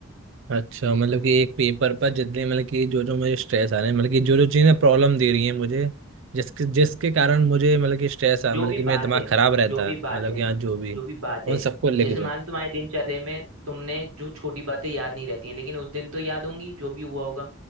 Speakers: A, on the right (about 60°); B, on the right (about 80°).
A: अच्छा मतलब कि एक पेपर पर जितने मतलब कि जो जो मुझे स्ट्रेस आ रहे हैं मतलब कि जो जो चीज़ें प्रॉब्लम दे रही हैं मुझे जिसके जिसके कारण मुझे मतलब कि स्ट्रेस आ
B: जो
A: मतलब
B: भी
A: कि
B: बात
A: मेरा दिमाग
B: है
A: खराब रहता
B: जो भी
A: है
B: बात
A: मतलब
B: है
A: कि हाँ जो भी
B: जो भी बात
A: उन
B: है
A: सबको लिख
B: जैसे
A: दूँ
B: मानो तुम्हारे दिनचर्या में तुमने जो छोटी बातें याद नहीं रहती हैं लेकिन उस दिन तो याद होंगी जो भी हुआ होगा